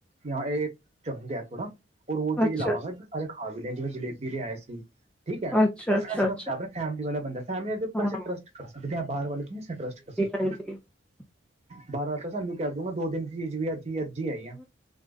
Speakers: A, on the right; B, in the centre.
A: ਯਾ ਏਹ ਚੰਗ ਐਪ ਤੋਂ ਨਾ ਔਰ ਓਹ ਚੀਜ਼
B: ਅੱਛਾ
A: ਲਾਵਾਂਗਾ, ਜੇਹੜਾ ਸਾਰੇ ਖਾ ਵੀ ਲੈਣ ਜਿਵੇਂ ਜਲੇਬੀ ਲਿਆਇਆ ਸੀ, ਠੀਕ ਐ
B: ਅੱਛਾ
A: ਓਹ
B: ਅੱਛਾ
A: ਫਰੈਸ਼
B: ਅੱਛਾ
A: ਬੰਦਾ ਫੈਮਲੀ ਵਾਲਾ ਬੰਦਾ। ਫੈਮਿਲੀ ਦੇ ਉੱਪਰ
B: ਹਾਂ
A: ਅਸੀ ਟਰੱਸਟ ਕਰ ਸਕਦੇ ਆਂ, ਬਾਹਰ ਵਾਲੇ ਤੇ ਨਈਂ ਅਸੀਂ ਟਰੱਸਟ ਕਰ ਸਕਦੇ।
B: <inaudible>
A: ਬਾਹਰ ਵਾਲਾ ਤਾਂ ਸਾਨੂੰ ਕਹਿ ਦਊਗਾ ਦੋ ਦਿਨ ਦੀ ਚੀਜ਼ ਵੀ ਅੱਜ ਈ-ਅੱਜ ਈ ਆਈ ਐ।